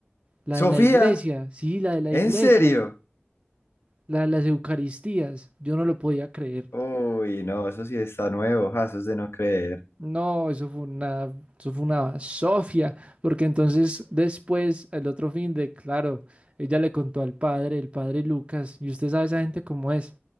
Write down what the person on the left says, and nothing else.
Sofía,
¿en
serio?
Uy, no, eso sí está nuevo, ja, eso es de no creer.